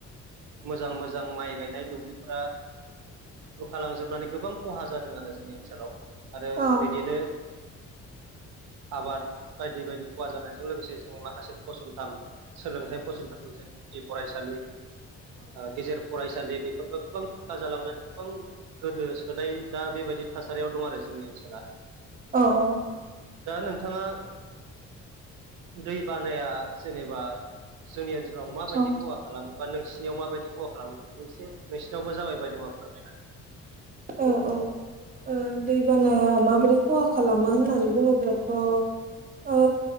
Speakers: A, on the right (about 80°); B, on the right (about 30°).
A: मोजां मोजां माइ गायनाय दुब्लिफोरा खुरखा लांजोबनानै गोबां खहा जादों आरो जोंनि ओनसोलाव आरो
B: औ
A: बेनिनो आबाद बायदि बायदि खहा जानायजों लोगोसे जोंनि माखासे फसंथान सोलोंथाइ फसंथानफोर जायो फरायसालि गेजेर फरायसालि बेफोरफोरखौ गोबां खथ जालांनानै गोबां गोदो सोनाय दा बेबायदि थासारियाव दं आरो जोंनि ओनसोला
B: औ
A: जानो नोंथाङा दै बानाया जेनेबा जोंनि ओनसो आव माबायदि
B: औ
A: खहा खालामो बा नोंसिनियाव माबायदि खहा खालामो बेखौ एसे नोंसिनावबो जाबाय बाय नामा फोरमायना
B: औ औ ओ दै बानाया माबोरै खहा खालामो होननानै बुङोब्लाथ' ओ